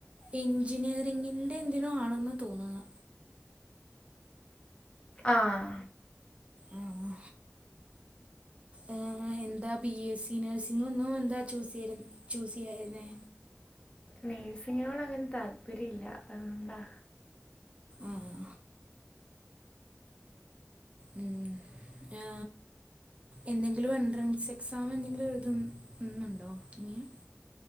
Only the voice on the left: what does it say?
ആഹ്
നേഴ്സിങ്ങിനോട് അങ്ങനെ താല്പര്യം ഇല്ല അതുകൊണ്ടാ